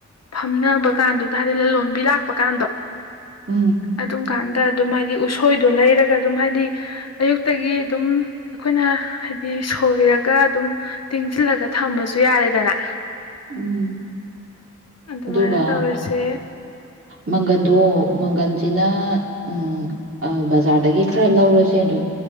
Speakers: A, on the left; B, on the right.
A: ꯐꯝꯅꯕ ꯀꯥꯟꯗꯨꯗ ꯍꯥꯏꯗꯤ ꯂꯂꯣꯟꯕꯤ ꯂꯥꯛꯄ ꯀꯥꯟꯗꯣ
B: ꯎꯝ
A: ꯑꯗꯨꯝ ꯀꯥꯟꯗ ꯑꯗꯨꯝ ꯍꯥꯏꯗꯤ ꯎꯁ ꯊꯣꯏꯗꯣ ꯂꯩꯔꯒ ꯑꯗꯨꯝ ꯍꯥꯏꯗꯤ ꯑꯌꯨꯛꯇꯒꯤ ꯑꯗꯨꯝ ꯑꯈꯣꯏꯅ ꯍꯥꯏꯗꯤ ꯁꯣꯏꯔꯒ ꯑꯗꯨꯝ ꯇꯤꯡꯖꯤꯜꯂꯒ ꯊꯝꯃꯁꯨ ꯌꯥꯔꯦꯗꯅ
B: ꯎꯝ
A: ꯑꯗꯨꯃꯥꯏꯅ
B: ꯑꯗꯨꯒ
A: ꯇꯧꯔꯁꯦ
B: ꯃꯪꯒꯟꯗꯣ ꯃꯪꯒꯟꯖꯤꯅ ꯎꯝ ꯑ ꯕꯖꯥꯔꯗꯒꯤ ꯈꯔ ꯂꯧꯔꯁꯦ ꯑꯗꯨꯝ